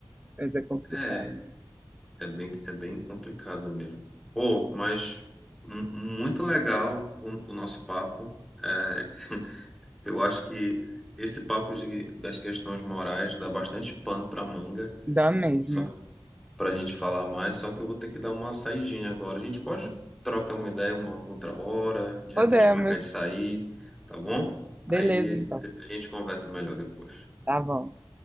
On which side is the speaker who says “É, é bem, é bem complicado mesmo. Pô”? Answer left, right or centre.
Centre